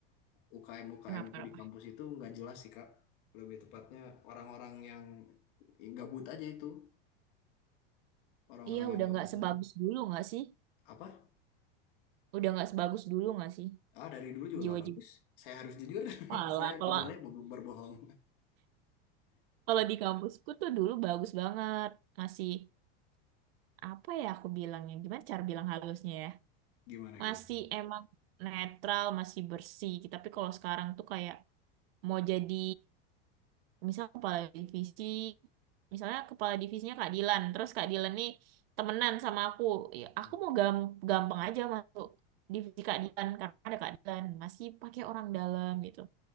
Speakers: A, on the left; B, on the right.
A: UKM-UKM
B: Kenapa?
A: ku di kampus itu nggak jelas sih, Kak. Lebih tepatnya orang-orang yang gabut aja itu. orang-orang
B: Iya,
A: yang
B: udah
A: gabut
B: nggak sebagus
A: aja.
B: dulu nggak sih?
A: Apa?
B: Udah nggak sebagus dulu nggak sih?
A: Ah, dari dulu juga
B: jiwa-jiwa
A: nggak bagus. Saya harus jujur. <laughs>
B: Malah
A: Saya nggak
B: kalau
A: boleh ber- berbohong.
B: kalau di kampusku tuh dulu bagus banget. Masih apa ya aku bilangnya? Gimana cara bilang halusnya ya?
A: Gimana gimana?
B: Masih emang netral, masih bersih. Tapi kalau sekarang tuh kayak mau jadi misal kepala divisi, misalnya kepala divisinya Kak Dilan, terus Kak Dilan nih temenan sama aku. Ya,
A: Hmm.
B: aku mau gam gampang aja masuk divisi Kak Dilan karena ada Kak Dilan, masih pakai orang dalam gitu.